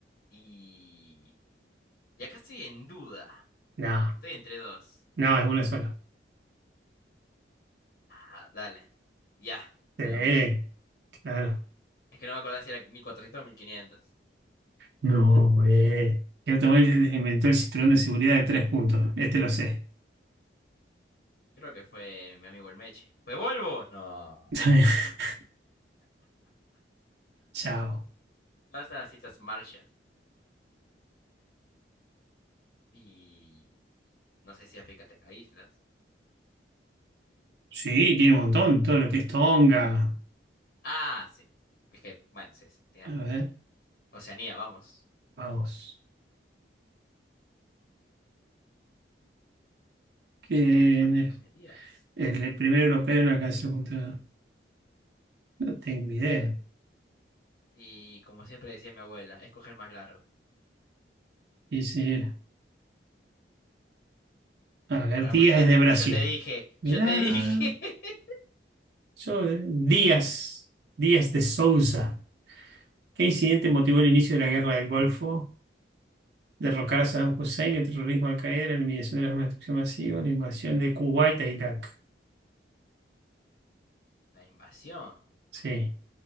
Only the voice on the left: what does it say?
Y... Y acá estoy en duda.
Estoy entre dos.
Ah, dale. Ya.
Menos mal.
Es que no me acordaba si era 1400 o mil quinientos
<laughs>
Creo que fue mi amigo el Meche. ¿Fue Volvo? No.
¿Dónde están las Islas Marshall? Y... No sé si África tenga islas.
Ah, sí. Es que, bueno, sí, sí, tienes
razón.
Oceanía, vamos.
¿Quién es Bartolomé
Díaz?
Y como siempre decía mi abuela, es coger más largo,
que
por algo
es largo.
Yo te dije,
yo te dije. <laughs>
La invasión.